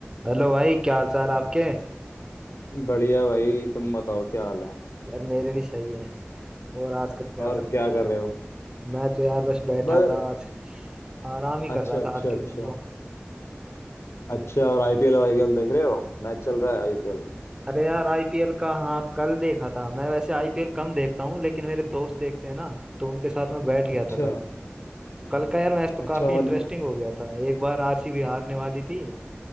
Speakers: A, on the right; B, on the left.
A: Hello भाई क्या हाल चाल आपके यार
B: बढ़िया भाई तुम बताओ क्या हाल है
A: मेरे भी सही है और आजकल क्या
B: और
A: चल
B: क्या
A: रहा है
B: कर रहे हो
A: मैं तो यार बस बैठा
B: बस
A: था आज आराम ही कर
B: अच्छा
A: रहा
B: अच्छा
A: था आज के
B: अच्छा
A: दिन तो
B: अच्छा और आईपीएल आईपीएल देख रहे हो मैच चल रहा है आईपीएल
A: अरे यार आईपीएल का हाँ कल देखा था मैं वैसे आईपीएल कम देखता हूँ लेकिन मेरे दोस्त देखते हैं ना तो उनके साथ मैं बैठ गया
B: अच्छा
A: था कल कल का यार मैच तो
B: अच्छा
A: काफी इंटरेस्टिंग
B: मतलब
A: हो गया था एक बार आरसीबी हारने वाली थी